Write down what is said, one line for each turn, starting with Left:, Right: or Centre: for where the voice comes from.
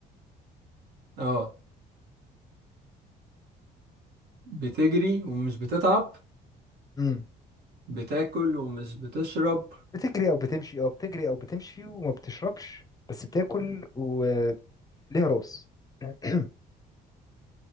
Right: اه بتجري ومش بتتعب
Left: امم
Right: بتاكل ومش بتشرب
Left: بتجري او بتمشي اه بتجري او بتمشي وما بتشربش بس بتاكل وليها راس <clears throat>